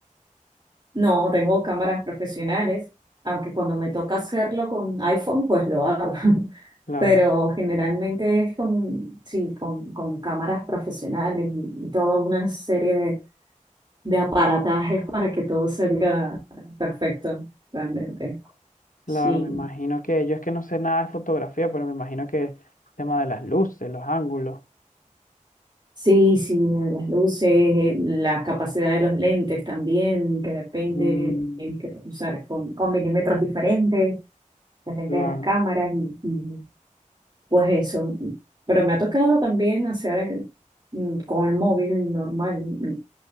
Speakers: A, on the right (about 35°); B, on the left (about 80°).
A: No, tengo cámaras profesionales, aunque cuando me toca hacerlo con iPhone, pues lo hago. <laughs>
B: Claro,
A: Pero generalmente es con, sí, con, con cámaras profesionales y toda una serie de, de aparatajes para que todo salga perfecto, realmente. Sí,
B: claro, me imagino que yo es que no sé nada de fotografía, pero me imagino que el tema de las luces, los ángulos.
A: sí, sí, las luces, la capacidad de los lentes también, que de repente
B: Mm,
A: tienes que usar con, con milímetros diferentes. de frente
B: claro,
A: de las cámaras y, y, pues eso. Pero me ha tocado también hacer mm, con el móvil normal. mm,